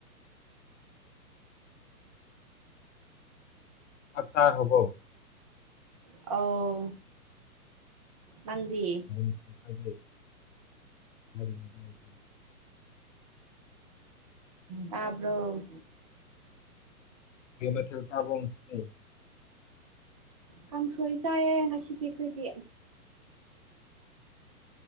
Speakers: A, on the left; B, on the right.
A: ꯆꯥꯛ ꯆꯥꯈ꯭ꯔꯕꯣ
B: ꯑꯧ ꯅꯪꯗꯤ
A: <inaudible>
B: ꯇꯥꯕ꯭ꯔꯣ
A: ꯀ꯭ꯔꯤ ꯃꯊꯦꯜ ꯆꯕ꯭ꯔꯣ ꯉꯁꯤꯗꯤ
B: ꯀꯥꯡꯁꯣꯏ ꯆꯥꯏꯌꯦ ꯉꯁꯤꯗꯤ ꯑꯩꯈꯣꯏꯗꯤ